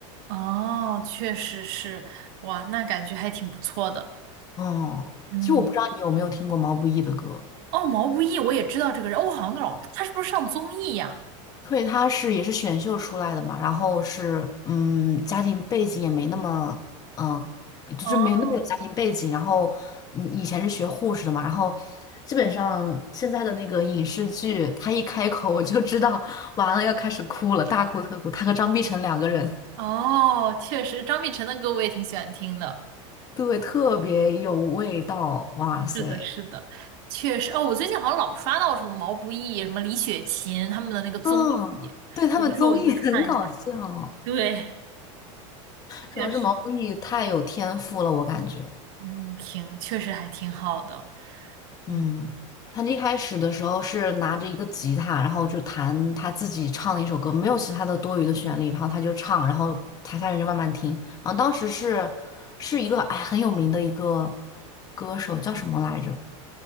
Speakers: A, on the right; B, on the left.
A: 哦，确实是，哇，那感觉还挺不错的。
B: 哦，
A: 嗯。
B: 其实我不知道你有没有听过毛不易的歌。
A: 哦，毛不易，我也知道这个人，哦，我好像老，他是不是上综艺呀？
B: 对，他是也是选秀出来的嘛，然后是嗯，家庭背景也没那么嗯、呃，就是没那么有家庭背景，
A: 哦，
B: 然后嗯，以前是学护士的嘛，然后基本上现在的那个影视剧，他一开口我就知道完了要开始哭了，大哭特哭。他和张碧晨两个人，
A: 哦，确实，张碧晨的歌我也挺喜欢听的，
B: 对，特别有味道，哇塞，
A: 是的，是的，确实。哦，我最近好像老刷到什么毛不易、什么李雪琴他们的那个综艺，
B: 嗯，对他们综艺很搞笑。
A: 有的时候我就会看一下。对，
B: 主要是毛不易太有天赋了，
A: 确实，
B: 我感觉，
A: 嗯，挺，确实还挺好的，嗯，
B: 嗯，他一开始的时候是拿着一个吉他，然后就弹他自己唱的一首歌，没有其他的多余的旋律，然后他就唱，然后台下人就慢慢听。然后当时是是一个哎很有名的一个歌手，叫什么来着？